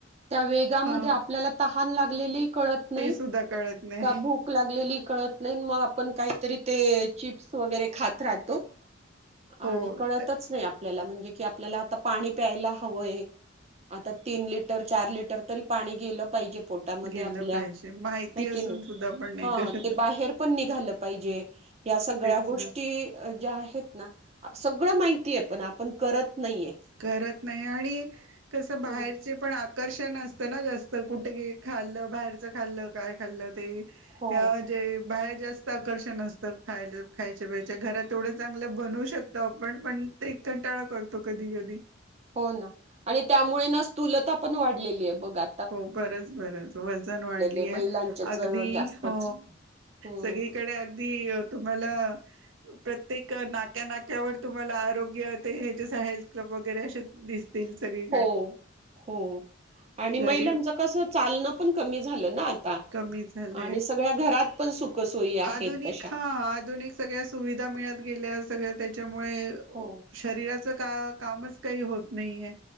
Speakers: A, on the right; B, on the right.
A: त्या वेगामध्ये
B: हां,
A: आपल्याला तहान लागलेली कळत नाही
B: ते सुद्धा कळत नाही.
A: का भुक लाग लेली कळत नाही नं म आप काहीतरी ते चिप्स वगैरे खात राहतो.
B: हो,
A: आणि कळतच
B: त
A: नाही आपल्याला म्हणजे कि आपल्याला आता पाणी प्यायला हवय आता तीन लिटर, चार लिटर तरी पाणी गेलं पाहिजे. पोटामध्ये
B: गेलं
A: आपल्या
B: पाहिजे.
A: आहे
B: माहिती असून
A: की नाही
B: सुद्धा आपण नाही करत.
A: ते बाहेर पण निघालं पाहिजे या सगळ्या
B: तेच
A: गोष्टी
B: ना.
A: ज्या आहेत ना सगळं माहितीय पण आपण करत नाहीये.
B: करत नाही आणि कस बाहेरचे
A: हम्म,
B: पण आकर्षण असतना जास्त कुठे खाल्लं, बाहेरचं खाल्लं, काय खाल्लं ते.
A: हो
B: ह्या जे बाहेर जास्त बाहेरच आकर्षण असतं खायला खायच्या, पियच्या घरात तेवढं चांगलं बनवू शकतो आपण पण ते कंटाळा करतो कधी, कधी
A: हो ना आणि त्यामुळे ना स्थुलता पण वाढलेली आहे बघा
B: हो बरच, बरच वजन वाढलीय
A: आहे. महिलांचेच
B: अगदी
A: अ, जास्तच
B: हो
A: हम्म
B: सगळी कडे अगदी तुम्हाला प्रत्येक नाक्या, नाक्यावर तुम्हाला आरोग्य ते हे जस हेल्थ क्लब वगैरे अस दिसत तिल सगळे.
A: हो, हो आणि महिलांचं
B: घरी
A: कस चालण पण कमी झालं ना आता.
B: कमी झालंय
A: आणि सगळ्या घरात पण सुखसोयी आहेत
B: आधुनिक
A: तशा.
B: हा आधुनिक सगळ्या सुविधा मिळत गेल्या सगळ्या त्याच्यामुळे
A: हो
B: शरीरात का कामच काही होत नाही आहे.